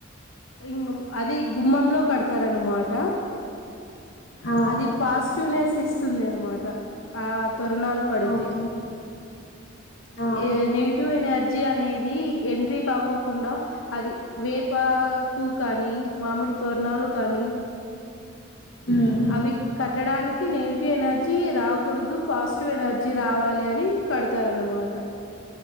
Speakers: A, on the left; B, on the left.
A: ఇంగ్ అది గుమ్మంలో కడతారన్నమాట
B: ఆ
A: అది పాస్ చ్యూనేస్ ఇస్తుంది అనమాట. ఆ తోరణాలు కడుగుతే.
B: ఓకే ఆ
A: ఏ నెగిటివ్ ఎనర్జ్ జి అనేద్ అది ఎంట్రీ కాకోకుండా. అది వేపాకు కానీ, మామిడి తోరణాలు కానీ.
B: ఉమ్
A: అవి కట్టడానికి నెగిటివ్ ఎనర్జీ రాకూడుదు. పాజిటివ్ ఎనర్జీ రావాలి అని కడతారన్నమాట.